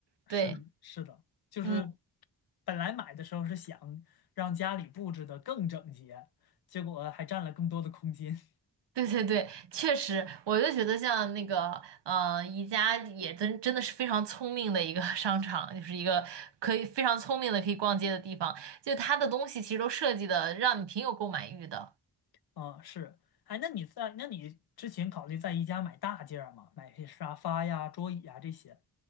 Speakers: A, on the left; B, on the right.
A: 是的，
B: <laughs> 对，
A: 是的，就是
B: 嗯。
A: 本来买的时候是想让家里布置的更整洁，结果还占了更多的空间。
B: <laughs> 对对对，确实，我就觉得像那个，呃，宜家也真真的是非常聪明的一个 <laughs> 商场，就是一个可以非常聪明的可以逛街的地方。就它的东西其实都设计的让你挺有购买欲的。
A: 啊，是，哎，那你在那你之前考虑在宜家买大件儿吗？买些沙发呀、桌椅呀这些？